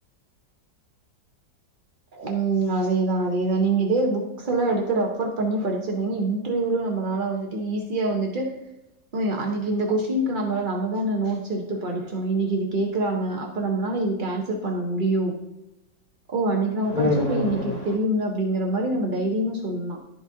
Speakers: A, on the right; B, on the left.
A: ம் அதேதா அதேதா நீங்க இதே புக் புக்ஸல்லா எடுத்து ரெஃபர் பண்ணி படுச்சுருந்தீங்க இன்டர்வியூல நம்மனால வந்துட்டு ஈஸியா வந்துட்டு அயோ அன்னக்கி இந்த கொஸ்டின்க்கு நம்ம நம்ம தான நோட்ஸ் எடுத்து படுச்சோ இன்னக்கு இது கேக்குறாங்க அப் அப்ப நம்பலால இதுக்கு ஆன்சர் பண்ண முடியு ஓ அன்னைக்கு நம்ம படுச்சம்ல
B: ம், ம்,
A: இன்னைக்கி
B: ம்.
A: இது தெரியும்ல அப்டிங்கிற மாரி நம்ம தைரியமா சொல்லலா